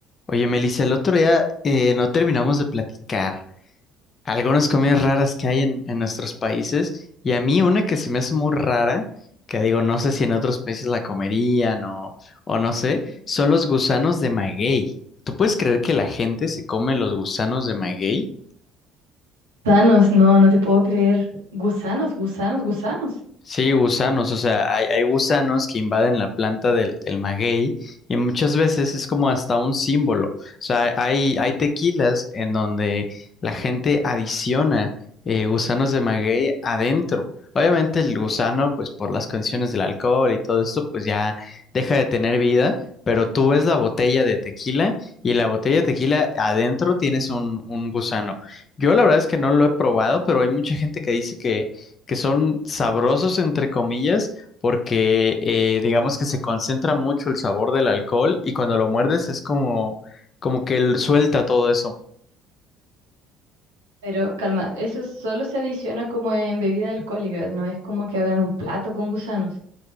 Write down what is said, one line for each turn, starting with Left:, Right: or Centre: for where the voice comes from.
Left: Oye, Melissa, el otro día eh, no terminamos de platicar algunas comidas raras que hay en, en nuestros países y a mí una que se me hace muy rara, que digo, no sé si en otros países la comerían o, o no sé, son los gusanos de maguey. ¿Tú puedes creer que la gente se come los gusanos de maguey?
Right: Gusanos, no, no te puedo creer. Gusanos, gusanos, gusanos.
Left: Sí, gusanos, o sea, hay, hay gusanos que invaden la planta del, del maguey y muchas veces es como hasta un símbolo. O sea, hay, hay tequilas en donde la gente adiciona eh, gusanos de maguey adentro. Obviamente el gusano, pues por las condiciones del alcohol y todo esto, pues ya deja de tener vida, pero tú ves la botella de tequila y la botella de tequila adentro tienes un, un gusano. Yo la verdad es que no lo he probado, pero hay mucha gente que dice que que son sabrosos entre comillas porque eh, digamos que se concentra mucho el sabor del alcohol y cuando lo muerdes es como como que él suelta todo eso.
Right: Pero calma, eso solo se adiciona como en bebida alcohólica, no es como que hagan un plato con gusanos.